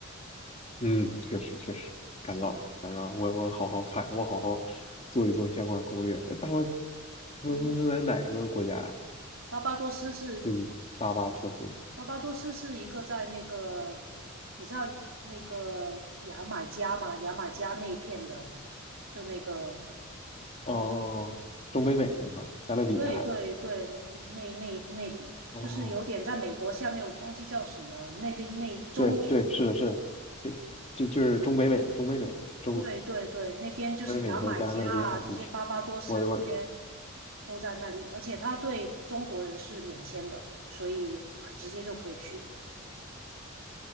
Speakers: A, on the left; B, on the right.
A: 嗯，确实确实，感觉到了，
B: 是的，
A: 感觉到了我我好好看，我好好做一做相关攻略。哎，巴巴托斯是在哪个国家呀？
B: 嗯，巴巴多斯是
A: 就你巴巴托斯
B: 巴巴多斯是一个在那个，你知道那个牙买加吗？牙买加那一片的，就那个，
A: 哦，中北美那块儿，加勒比海。
B: 对对对，那那那里就是有点在美国下面，
A: 哦，
B: 我忘记叫什么，
A: 天
B: 那那那中美
A: 对对，是的，是的，就就就是中北美，中北美，中
B: 对对对，那边就是牙买加啊，
A: 北美和加勒比海地区。
B: 这些巴巴多斯这些
A: 我我
B: 都在那里，而且他对中国人是免签的，所以直接就可以去了。